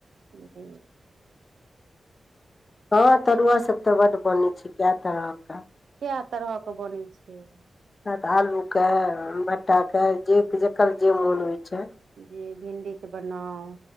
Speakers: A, on the right; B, on the left.
A: ओ <unintelligible>
B: हँं तरुआ सब ते बड बन छै कए तरह के
A: केए तरह के बनै छै
B: नै त आलूके भट्टाके जे जकर जे मोन होइ छै
A: जी भिंडी के बनाउ